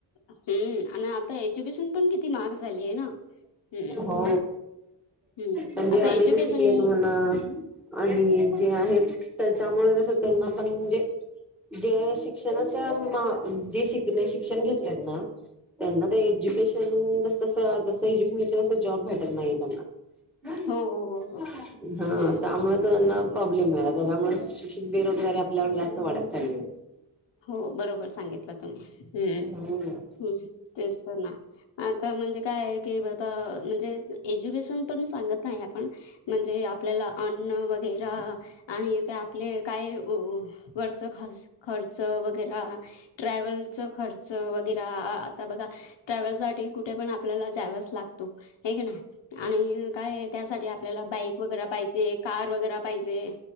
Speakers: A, on the left (about 80°); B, in the centre.
A: हम्म आणि आता एज्युकेशन पण, किती माहाग झालीय ना. हम्म
B: हो.
A: हम्म
B: म्हणजे
A: आता
B: आधीच
A: एज्युकेशन
B: शिकलेत म्हणा. आणि जे आहेत, त्याच्यामुळे कसं, त्यांना पण म्हणजे जे शिक्षणाच्या मा जे शिकले, शिक्षण घेतलेत ना त्यांना ते एज्युकेशन, जसंस जसं एज्युकेशन घेतलं. तसं जॉब भेटत नाही त्यांना. हा.
A: हो हो हो हो हम्म
B: त्यामुळे तर त्यांना प्रॉब्लेम मिलाला. त्याच्यामुळे शिक्षित बेरोजगारी आपल्याकडे, जास्त वाढत चाललीय.
A: हो, बरोबर सांगितलं तुम्ही. ह्,
B: हम्म
A: ह्. तेच तर ना. आता म्हणजे काय आहे की बघा. म्हणजे, एज्युकेशन पण सांगत नाही आपण. म्हणजे, आपल्याला अन्न वगैरा आणि ते आपले काय व वरच खर्स - खर्च वगैरा ट्रॅव्हलच खर्च वगैरा. आता बघा ट्रॅव्हलसाठी कुठे पण आपल्याला जावच लागतो. हे ना आणि काय त्यासाठी आपल्याला बाईक वगैरा पाहिजे. कार वगैरा पाहिजे.